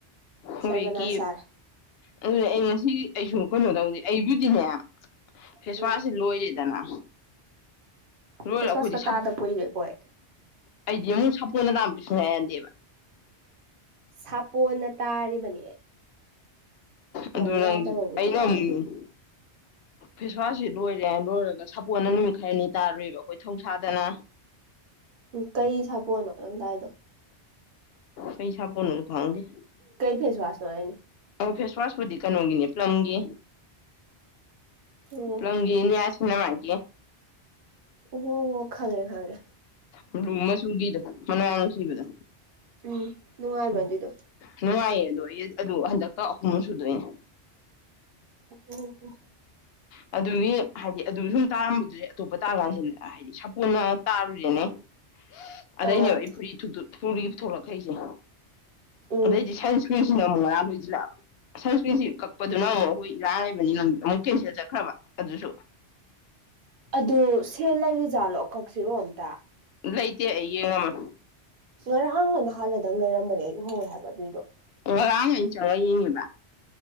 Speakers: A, on the left (about 70°); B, on the right (about 55°).
A: ꯍꯣꯏ
B: ꯁꯔꯃꯅꯥ
A: ꯀ
B: ꯁꯥꯔꯦ
A: ꯑꯗꯨꯅ ꯑꯩ ꯉꯁꯤ ꯑꯩꯁꯨ ꯀꯩꯅꯣ ꯇꯧꯗꯤ ꯑꯩꯕꯨꯗꯤꯍꯦ ꯐꯦꯁꯋꯥꯁꯁꯤ
B: ꯎꯝ
A: ꯂꯣꯏꯔꯦꯗꯅ ꯂꯣꯏꯔ
B: ꯐꯦꯁꯋꯥꯁꯀ
A: ꯑꯩꯈꯣꯏꯗꯤ
B: ꯇꯥꯗ ꯀꯨꯏꯔꯦ ꯑꯩꯈꯣꯏ
A: ꯑꯩꯗꯤ ꯑꯃ ꯍꯅ ꯝꯕꯤꯁꯅꯨ ꯍꯥꯏꯌꯥꯗꯦꯕ
B: ꯁꯥꯄꯣꯅ ꯇ ꯇꯥꯔꯤꯕꯅꯤ ꯍꯣꯏ
A: ꯑꯗꯨ ꯅꯪꯗꯤ
B: ꯌꯥꯗꯕꯕꯨꯗꯤ
A: ꯑꯩꯅ
B: ꯌꯥꯎꯋꯦ
A: ꯑꯃꯨꯛ ꯐꯦꯁꯋꯥꯁꯁꯤ ꯂꯣꯏꯔꯦ ꯂꯣꯏꯔꯒ ꯁꯥꯄꯣꯟꯅ ꯅꯨꯃꯤꯠ ꯈꯔꯅꯤ ꯇꯥꯔꯨꯦꯕ ꯑꯩꯈꯣꯏ ꯊꯧꯁꯥꯗꯅ
B: ꯎ ꯀꯩ ꯁꯥꯄꯣꯅꯣ ꯅꯪꯗꯥꯏꯗꯣ
A: ꯀꯩ ꯁꯄꯅꯨꯅ ꯍꯪꯦ
B: ꯐꯦꯁ ꯋꯥꯁ ꯅꯅꯨꯡꯉꯥꯏꯅꯦ
A: ꯐꯦꯁꯋꯥꯁꯄꯨꯗꯤ ꯀꯩꯅꯣꯒꯤꯅꯤ ꯄꯂꯝꯒꯤ
B: ꯑꯣ
A: ꯄ꯭ꯂꯒꯤꯅꯤ ꯌꯥꯁꯤꯅ ꯃꯥꯦ
B: ꯑꯣ ꯍ ꯈꯪꯉꯦ ꯈꯪꯉꯦ
A: ꯎꯃ ꯁꯨ ꯀꯗ ꯃꯅ ꯌꯥꯝ ꯅꯨꯡꯁꯤꯕꯗꯣ
B: ꯎꯝ ꯅꯨꯡꯉꯥꯏꯕ꯭ꯔꯥ ꯑꯗꯨꯏꯗꯣ
A: ꯅꯨꯡꯉꯥꯏꯌꯦ ꯂ ꯑꯗꯨ ꯍꯟꯗꯛꯀ ꯑꯍꯨꯝꯨꯛ ꯁꯨꯗꯣꯏꯅꯦ
B: ꯑꯣ ꯍꯣ
A: ꯑꯗꯨꯒꯤ ꯍꯥꯏꯗꯤ ꯑꯗꯨꯒꯤ ꯁꯨꯝ ꯇꯥꯔꯝꯕꯗꯨꯗꯤ ꯑꯇꯣꯞꯄ ꯇꯥ ꯀꯥꯟꯁꯤꯗ ꯍꯥꯏꯗꯤ ꯁꯥꯄꯣꯟꯅ ꯇꯥꯔꯨꯔꯦꯅꯦ <unintelligible> ꯑꯗꯩꯅꯦꯕ
B: ꯑꯥ
A: ꯑꯩ ꯐꯨꯔꯤ ꯊꯣꯛꯂꯛꯈꯩꯁꯦ
B: ꯎꯝ
A: ꯑꯗꯩꯗꯤ ꯁꯥꯏꯟꯁ ꯁꯀꯔꯤꯜꯁꯤꯅ ꯑꯃꯨꯛ ꯉꯥꯡ ꯂꯣꯏꯁꯤꯜꯂꯛꯑꯕ ꯁꯪꯁꯀ꯭ꯔꯤꯟꯁꯤ ꯀꯛꯄꯗꯨꯅ ꯑꯃꯨꯛ ꯑꯩꯈꯣꯏ ꯏꯔꯥꯡ ꯂꯩꯕꯅꯤ ꯂꯝ ꯑꯃꯨꯛ ꯀꯦꯟꯁꯦꯜ ꯆꯠꯈ꯭ꯔꯕ ꯑꯗꯨꯁꯨ
B: ꯑꯗꯨ ꯁꯦ ꯂꯩꯔꯤ ꯖꯥꯠꯂꯣ ꯀꯛꯁꯤꯔꯣ ꯑꯝꯇ
A: ꯂꯩꯇꯦ ꯑꯩ ꯌꯦꯡꯉꯝꯃꯦ
B: ꯉꯔꯥꯡꯅꯗ ꯍꯥꯟꯜꯂꯗꯪ ꯂꯩꯔꯝꯕꯅꯦ ꯑꯩ ꯎꯍꯧ ꯍꯥꯏꯕ ꯑꯗꯨꯗꫭ
A: ꯉꯔꯥꯡ ꯑꯩꯅ ꯆꯪꯉꯒ ꯌꯦꯡꯉꯦꯕ